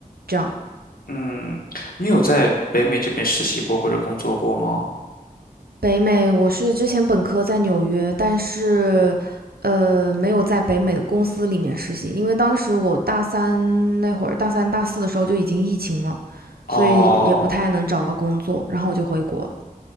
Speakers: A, on the right; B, on the left.
A: 这样。
B: 嗯，你有在北美这边实习过或者工作过吗？
A: 北美，我是之前本科在纽约，但是，呃，没有在北美的公司里面实习，因为当时我大三那会儿，大三大四的时候就已经疫情了，
B: 哦，
A: 所以也不太能找到工作，然后我就回国了。